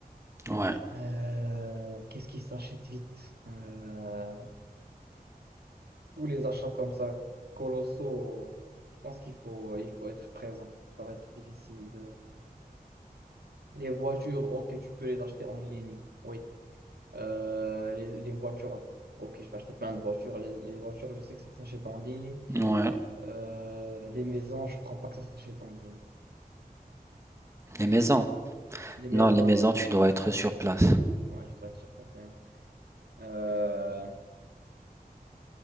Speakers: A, on the right; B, on the right.
A: Ouais,
B: Euh, qu'est-ce qui s'achète vite? Euh, tous les achats comme ça, colossaux, je pense qu'il faut, il faut être présent. Ça va être difficile de... Les voitures, ok, tu peux les acheter en ligne. Oui. Euh, les, les voitures, ok, je vais acheter plein de voitures. Les, les voitures, je sais que ça s'achète en ligne.
A: ouais.
B: Euh, les maisons, je crois pas que ça s'achète en ligne.
A: Les maisons.
B: Les maisons,
A: Non, les maisons,
B: tu-
A: tu dois être sur place.
B: ouais, tu dois être sur place, les maisons. Euh,